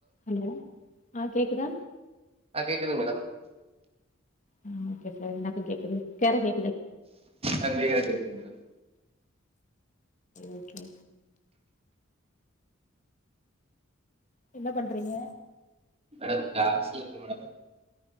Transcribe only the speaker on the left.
hello ஹா கேக்குதா
ஆஹ ஓகே சார் எனக்கும் கேக்குது கேர கே
ஓகே என்ன பண்றீங்க